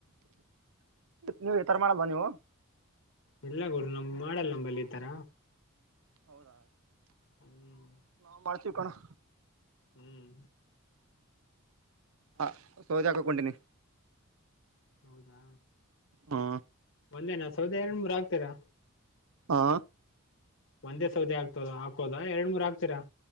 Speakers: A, on the right; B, on the left.
A: ನೀವು ಈ ತರ ಮಾಡಲ್ವಾ ನೀವು
B: ಎಲ್ಲ ಗುರು ನಮ್ ಮಾಡಲ್ಲ ನಂಬಲ್ಲಿ ಈ ತರ
A: ಹೌದಾ
B: ಹ್ಮ್
A: ನಾವ್ ಮಾಡ್ತೀವಿ ಕಣೋ
B: ಹ್ಮ್
A: ಹಾ ಸೌದೆ ಹಾಕಕೊಂಟಿನಿ
B: ಹೌದಾ
A: ಹಾ
B: ಒಂದೇನಾ ಸೌದೆ ಎರಡ್ ಮೂರ್ ಆಗ್ತೀರಾ
A: ಹಾ
B: ಒಂದೇ ಸೌದೆ ಆಗ್ತದ ಹಾಕೋದ ಎರಡ್ ಮೂರ್ ಆಗ್ತೀರಾ